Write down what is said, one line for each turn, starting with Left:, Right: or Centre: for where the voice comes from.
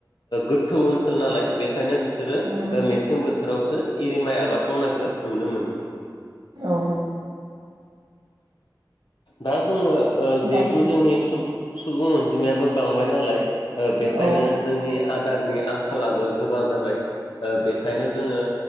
Left: गोथौ ओनसोल नालाय बे ओंखायनो बिसोरो
Right: उम
Left: मेसें बोथोरावसो इरि माइ आबाद मावनायखौ नुनो मोनो
Right: औ
Left: दा जोङो जिहेथु
Right: दायो
Left: जोंनि सुबुं अनजिमायाबो बांबाय नालाय बेखायनो
Right: औ
Left: जोंनि आदारनि आंखालाबो गोबां जाबाय बेखायनो जोङो